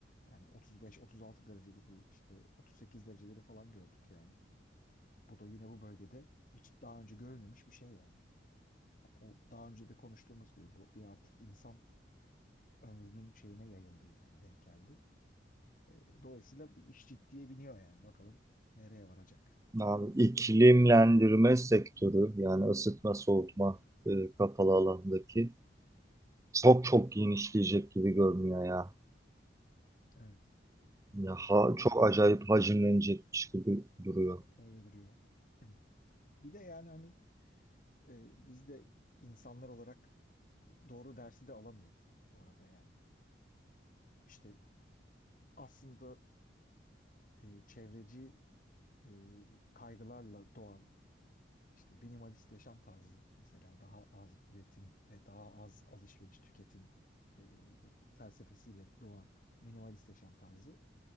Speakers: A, on the left (about 45°); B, on the right (about 15°).
A: Yani 35-36 dereceleri işte 38 dereceleri falan gördük yani. Bu da yine bu bölgede hiç daha önce görülmemiş bir şey yani. Yani O daha önce de konuştuğumuz gibi bu bir artık insan ömrünün şeyine yayıldı yani denk geldi. E, dolayısıyla bu iş ciddiye biniyor yani bakalım nereye varacak.
B: Abi, iklimlendirme sektörü yani ısıtma soğutma e, kapalı alandaki çok çok genişleyecek gibi görünüyor ya.
A: Evet
B: Ya ha-
A: öyle
B: çok
A: duruyor.
B: acayip hacimlenecekmiş gibi duruyor.
A: Öyle duruyor. <clears throat> Bir de yani hani e, biz de insanlar olarak doğru dersi de alamıyoruz bu arada yani. İşte aslında e, çevreci e, kaygılarla doğan işte minimalist yaşam tarzı mesela daha az üretim ve daha az alışveriş tüketim e, felsefesiyle doğan minimalist yaşam tarzı